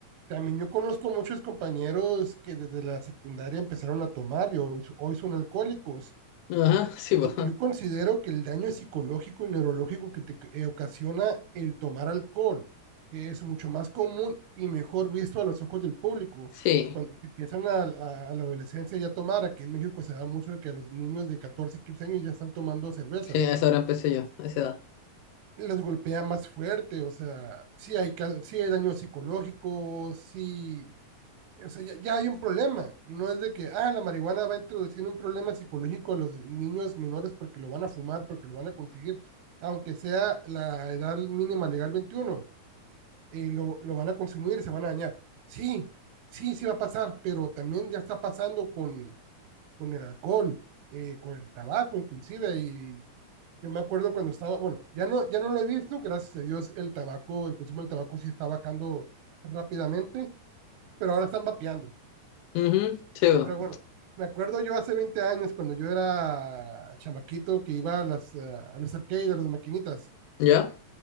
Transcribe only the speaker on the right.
también yo conozco muchos compañeros que desde la secundaria empezaron a tomar y hoy, hoy son alcohólicos
yo,
yo considero que el daño psicológico y neurológico que te eh, ocasiona el tomar alcohol, que es mucho más común y mejor visto a los ojos del público.
Cuando empiezan a, a- a la adolescencia ya a tomar, aquí en México se da mucho de que a los niños de 14 15 años ya están tomando cerveza.
Eh,
los golpea más fuerte, o sea, sí hay, ca- sí hay daño psicológico, sí o sea, ya, ya hay un problema. No es de que, ah, la marihuana va a introducir un problema psicológico a los niños menores porque lo van a fumar, porque lo van a conseguir, aunque sea la edad mínima legal 21, eh, lo, lo van a consumir y se van a dañar. Sí, sí, sí va a pasar, pero también ya está pasando con, con el alcohol, eh, con el tabaco inclusive, y yo me acuerdo cuando estaba, bueno, ya no, ya no lo he visto, gracias a Dios el tabaco, el consumo del tabaco sí está bajando rápidamente, pero ahora están vapeando.
Pero bueno, me acuerdo yo hace 20 años cuando yo era chamaquito que iba a, las, eh, a los arcades, a las maquinitas.